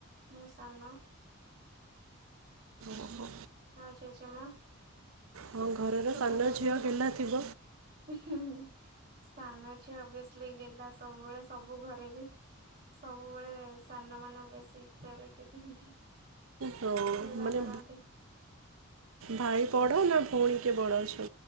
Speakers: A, on the right; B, on the right.
A: ମୁଁ ସାନ
B: ଓହୋ
A: ଆଉ ଜେଜେମା
B: ହଁ ଘରର
A: ଛୋଟ
B: ସାନ
A: ଫ୍ୟାମିଲି
B: ଝିଅ
A: ଆଉ।
B: ଗେହ୍ଲା ଥିବ
A: ହୁଁ ସାନ ଝିଅ ଓବିୟସ୍ଲି ଗେଲ୍ହା ସବୁବେଳେ ସବୁ ଘରେ ବି ସବୁବେଳେ ସାନ ମାନଙ୍କୁ ବେଶୀ ପ୍ରାୟୋରିଟି ଦିଅନ୍ତି।
B: ହଁ
A: ଗେହ୍ଲା
B: ମାନେ
A: କରନ୍ତି।
B: ଭାଇ ବଡ ନା ଭଉଣୀ କିଏ ବଡ ଅଛନ୍ତି?